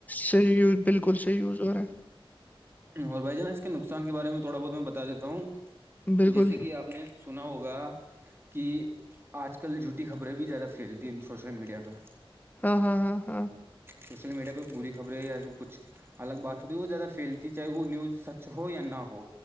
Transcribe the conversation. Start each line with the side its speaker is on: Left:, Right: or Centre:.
Left: صحیح وز بالکل صحیح ہووز اور ہے
Right: اور بھائی جانا اس کے نقصان کے بارے میں تھوڑا بہت میں بتا دیتا ہوں
Left: ہے بالکل
Right: جیسے کہ آپ نے سنا ہوگا کہ آج کل جھوٹی خبریں بھی زیادہ پھیلتی ہیں سوشل میڈیا پرہ
Left: ہاں ہاں ہاں ہاں
Right: سوشل میڈیا پہ بری خبریں یا کچھ الگ بات ہوتی ہے وہ زیادہ فیل چاہے وہ نیوز سچ ہو یا نہ ہو